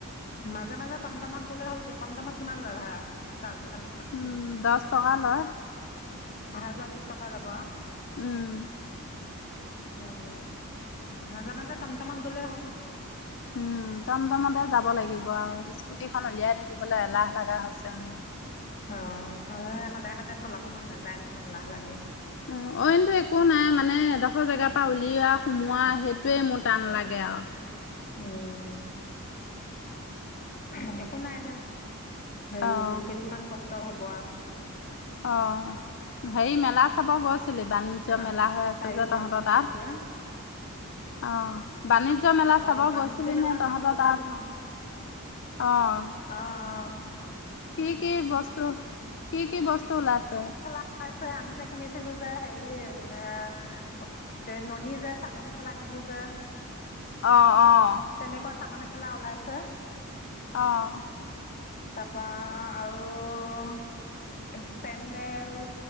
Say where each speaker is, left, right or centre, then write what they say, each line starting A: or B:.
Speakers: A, on the left; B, on the left.
A: মাজে মাজে টমটমত গ'লে হ'ল টমটমত কিমান যা ভাড়া তাল খন?
B: উম দছ টকা লয়।
A: আহা যোৱা বিচ টকা যাব আ।
B: উম।
A: উম। মাজে মাজে টমটমত গ'লেই হ'ল।
B: উম টমটমতে যাব লাগিব আও, স্কুটিখন উলিয়াই থাকিবলে এলাহ লগা হৈছে মো।
A: অঁ, হয় সদায় সদায় চলাব মন নেযায় নহয়, এলাহ লাগে।
B: ওঁ, অইনটো একো নাই মানে এডখ জেগাৰ পৰা উলিৱা সোমোৱা সেইটোৱে মোৰ টান লাগে আও।
A: উম। <unintelligible> একো নাই দে। হেৰি
B: অ',
A: দুই কেইদিন মান কষ্ট হব আও।
B: অ' হেৰি মেলা চাব গৈছ ছিলি বাণিজ্য
A: এমাহ
B: মেলা হৈ আছে
A: তাইৰো
B: যে
A: ভাল
B: তহঁতৰ
A: হ'ব
B: তাত?
A: তেতিয়া
B: অঁ বাণিজ্য মেলা চাব
A: অ বাণিজ্য
B: গৈছিলি
A: মেলা
B: নে তহঁতৰ
A: চাব গৈছিলো
B: তাত? অঁ।
A: অঁ, অঁ।
B: কি কি বস্তু, কি কি বস্তু ওলাছে?
A: পাই ছাই আমি যে কিনিছিলোঁ। যে হেৰি এ ননি যে চাদৰ মেখেলা কেইযোৰ যে,
B: অ', অ,
A: তেনেকুৱা চাদৰ মেখেলা ওলাইছে।
B: অ',
A: তাৰপা আৰু চেণ্ডেল